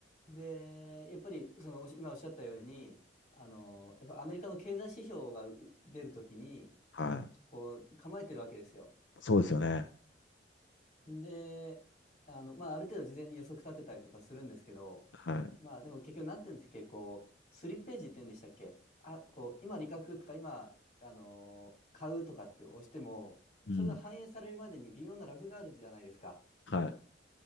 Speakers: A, on the left; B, on the left.
A: で、やっぱりそのおし今おっしゃったように、あの、やっぱアメリカの経済指標がう出るときに、
B: はい。
A: こう構えてるわけですよ。
B: そうですよね。
A: で、あの、まあ、ある程度事前に予測立てたりとかするんですけど、
B: はい。
A: まあ、でも結局なんていうんですか、こう、スリップページって言うんでしたっけあ、こう、今、利確とか今、あのー買うとかって押しても、
B: うん。
A: それが反映されるまでに微妙なラグがあるじゃないですか。
B: はい。